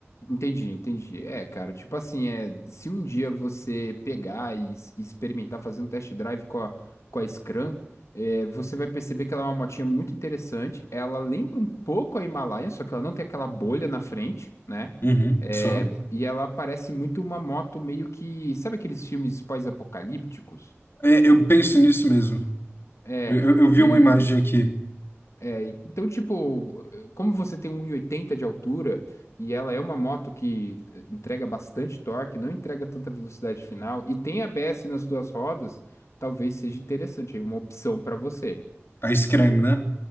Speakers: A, on the left; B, on the left.
A: Entendi, entendi. É, cara, tipo assim, é, se um dia você pegar e, s- e experimentar fazer um test drive com a, com a Scram, é, você vai perceber que ela é uma motinha muito interessante. Ela lembra um pouco a Himalaia, só que ela não tem aquela bolha na frente, né?
B: Uhum,
A: É,
B: só.
A: e ela parece muito uma moto meio que. Sabe aqueles filmes pós-apocalípticos?
B: É, eu penso nisso mesmo.
A: É,
B: Eu, eu- eu vi
A: e
B: uma imagem aqui.
A: É, então, tipo, como você tem um e oitenta de altura e ela é uma moto que eh, entrega bastante torque, não entrega tanta velocidade final e tem ABS nas duas rodas, talvez seja interessante aí, uma opção para você,
B: A Scrum, né?